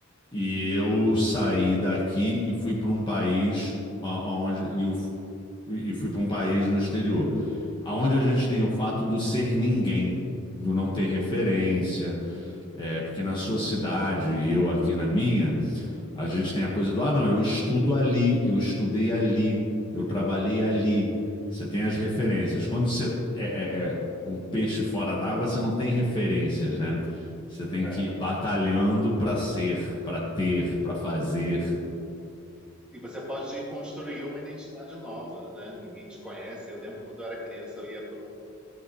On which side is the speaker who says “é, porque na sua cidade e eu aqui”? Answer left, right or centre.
Left